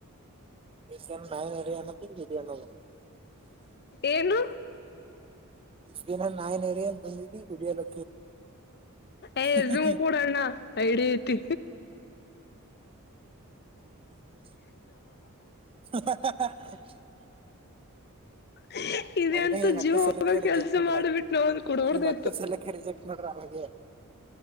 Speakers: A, on the right (about 25°); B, on the left (about 50°).
A: ನ ಅಯನ್ನ ಅನ್ನ
B: ಏನು
A: ದನ ನಾಯನ್ರಿ ತ ಗುಲ್ಲ
B: ಏ
A: ಹ್ಮ
B: ಸುಮ್ ಕೂಡಣ್ಣ ಐಡಿ ಐತಿ
A: <inaudible>
B: ಹ್ಮ ಇದೆ
A: ಅವಾಗ
B: ಅಂತ
A: ಹಿಂಗ ನಕ್ಕ
B: ಜೀವೋಗ
A: ಸಲಕ್ಕೆ ರಿಜೆಕ್ಟ್
B: ಕೆಲ್ಸ
A: ಮಾಡ್ರ
B: ಮಾಡಿಬಿಟ್ಟು ನಾವ ಒಂದು ಕುಡಬಡ್ದ
A: ಈ ನಕ್ಕ
B: ಇತ್ತು
A: ಸಲಕ್ಕೆ ರಿಜೆಕ್ಟ್ ಮಾಡ್ರ ಅವಾಗೆ